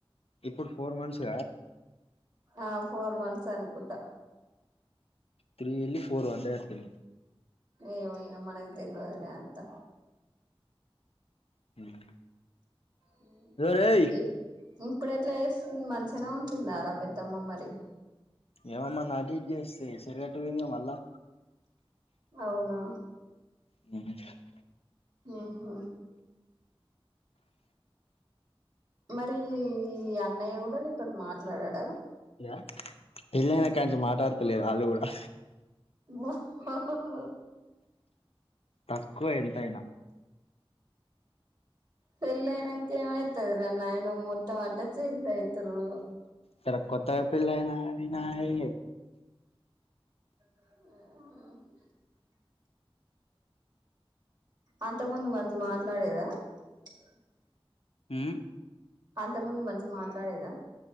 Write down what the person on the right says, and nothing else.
ఆ ఫోర్ మంత్స్ అనుకుంటా
ఏమో ఇక మనకు తెలవదులే అర్థం
ఊ
ఇప్ ఇప్పుడు అట్లా చేస్తుంది మంచిగనే ఉంటుందారా పెద్దమ్మ మరి
అవునా
ఊహు మరీ ఈ అన్నయ్య కూడా నీతోటి మాట్లాడడా
ఓ హొ హొ హొ
పెళ్లయినంక ఏమైతాదిరా నాయన మొత్తం అంత చేంజ్ అయితురు
<unintelligible> అంతకు ముందు వాంతో మాట్లాడేదా <unintelligible>
అంత ముందు మంచి మాట్లాడేదా